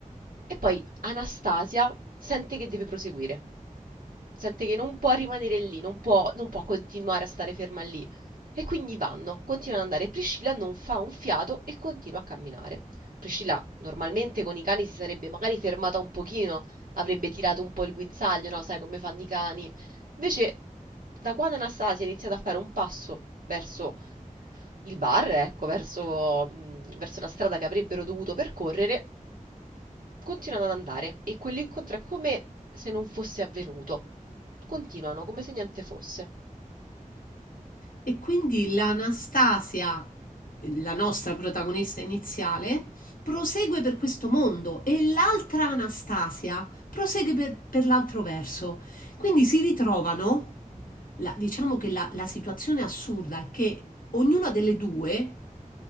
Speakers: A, on the right; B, on the left.
A: e poi Anastasia sente che deve proseguire. Sente che non può rimanere lì, non può, non può continuare a stare ferma lì. E quindi vanno, continuano ad andare. Priscilla non fa un fiato e continua a camminare. Priscilla normalmente con i cani si sarebbe magari fermata un pochino, avrebbe tirato un po' il guinzaglio, no? Sai come fanno i cani. Invece, da quando Anastasia ha iniziato a fare un passo verso il bar, ecco, verso, mh, verso la strada che avrebbero dovuto percorrere, continuano ad andare e quell'incontro è come se non fosse avvenuto. Continuano come se niente fosse.
B: E quindi l'Anastasia, la nostra protagonista iniziale, prosegue per questo mondo e l'altra Anastasia prosegue per, per l'altro verso. Quindi si ritrovano, la- diciamo che la, la situazione assurda è che ognuna delle due